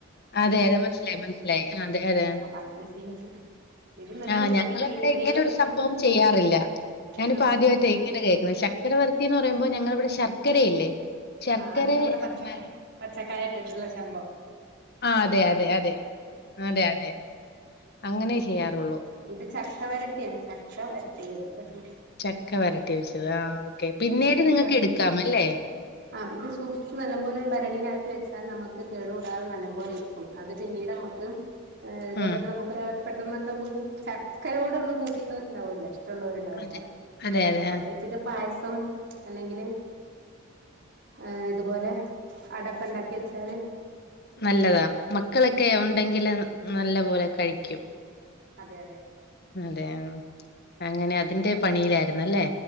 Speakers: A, on the left (about 55°); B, on the right (about 60°).
A: അതെ അതെ മനസിലായി മനസിലായി അതെ അതെ
B: ആ അപ്പൊ അങ്ങനെ ചെയ്യാച്ചിട്ട് ഇത് നല്ല
A: ആഹ്
B: കുറുക്കി
A: ഞങ്ങളിവിടെ
B: നെയ് നെയ്യൊക്കെ
A: ഇങ്ങനെ ഒരു സംഭവം ചെയ്യാറില്ല ഞാനിപ്പോ
B: ആ
A: ആദ്യമായിട്ടെ ഇങ്ങനെ കേക്ക ശക്കര വരട്ടി മ്പോ ഞങ്ങളിവിടെ ശർക്കരയില്ലേ ശർക്കര
B: ആ അത് നമ്മുടെ പച്ചക്കായ
A: നൽ
B: പച്ചക്കായ ഇട്ടിട്ടുള്ള ശഭം
A: ആ അതെ അതെ അതെ അതെ അതെ അങ്ങനെ ചെയ്യാറുള്ളൂ.
B: ഇത് ചക്ക വരട്ടിയാ ചക്ക വരട്ടിയത്
A: ചക്ക വരട്ടി വെച്ചത് ആഹ് ഓക്കെ പിന്നീട്
B: തക്കാർ
A: നിങ്ങൾക്ക് എടുക്കാമല്ലേ?
B: ആ ഇത് സൂക്ഷിിച്ചു നല്ല പോലെ ഭരണീലക്കി വ ൽ നമുക്ക് കേട കൂടാതെ നല്ല പോലെ ഇരിക്കും അത് പിന്നീട് നമുക്ക് ഇതേപോലെ
A: ഉം
B: നമുക്കൊര് പെട്ടെന്ന്ക്കുമ്പ ചക്കരയോടുള്ള പൂതിള്ള ഉണ്ടാവലോ <unintelligible> ണ്ടാവല്ലോ
A: അതെ അതെ അതെ
B: അപ്പൊ
A: ആഹ്
B: അത് വെച്ചിട്ട് പായസ സം അല്ലെങ്കില് ആഹ് ഇതുപോലെ അടൊക്കെ ഉണ്ടാക്കി വെച്ചാല്
A: നല്ലതാ മക്കളൊക്കെ ഒ ണ്ടെങ്കിൽ നല്ല പോലെ കഴിക്കും
B: അതെ അതെ
A: അതെ അങ്ങനെ അതിന്റെ പണിയിലായിരുന്നൂല്ലേ